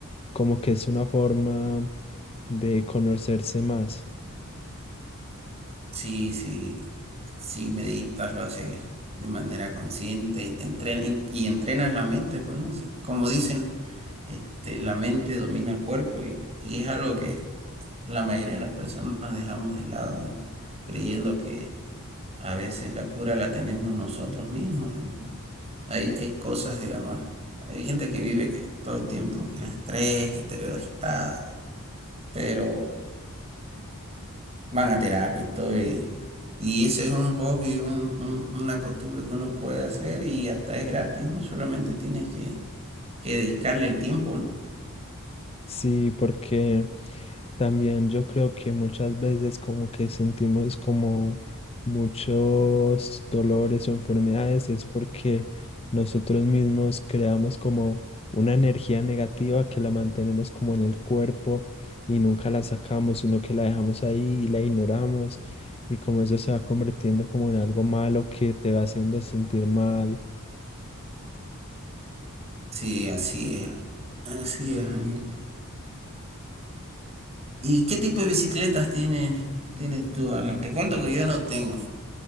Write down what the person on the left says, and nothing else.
como que es una forma de conocerse más.
Sí, porque También yo creo que muchas veces como que sentimos como muchos dolores o enfermedades es porque nosotros mismos creamos como una energía negativa que la mantenemos como en el cuerpo y nunca la sacamos, sino que la dejamos ahí y la ignoramos y como eso se va convirtiendo como en algo malo que te va haciendo sentir mal.